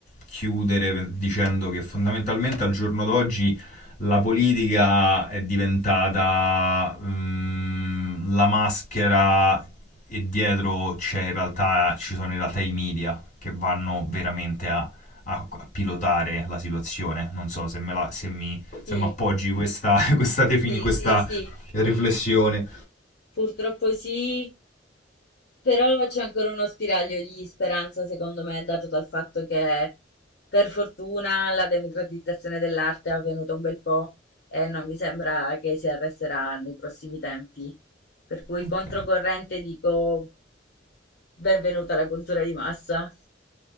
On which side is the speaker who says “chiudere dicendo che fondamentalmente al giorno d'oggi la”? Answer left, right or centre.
Left